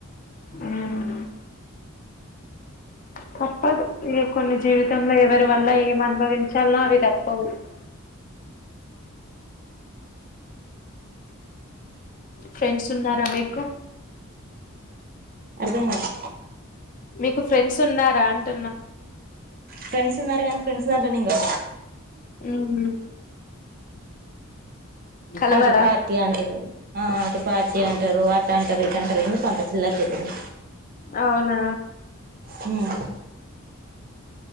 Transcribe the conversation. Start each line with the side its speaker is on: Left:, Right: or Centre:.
Left: మ్. అ తప్పదు ఇక కొన్ని జీవితంలో ఎవరి వల్ల ఏం అనుభవించాలో అవి తప్పవదు <inaudible> ఫ్రెండ్స్ ఉన్నారా మీకు
Right: అర్థం కాలే
Left: మీకు ఫ్రెండ్స్ ఉన్నారా అంటున్నా
Right: ఫ్రెండ్స్ ఉన్నారు కానీ ఫ్రెండ్స్ దాంట్లోనే ఇంకా
Left: ఉమ్ హు కలవరా
Right: అటు పార్టీ అంటూర్రి అటు పార్టీ అంట టారు అట అంటారు ఇటు అంటారు ఎందుకు కొంత చిల్లర జిగడం
Left: అవున
Right: హ్మ్మ్